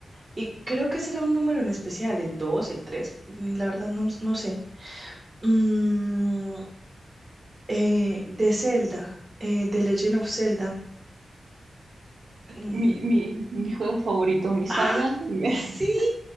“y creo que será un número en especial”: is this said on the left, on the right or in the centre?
Right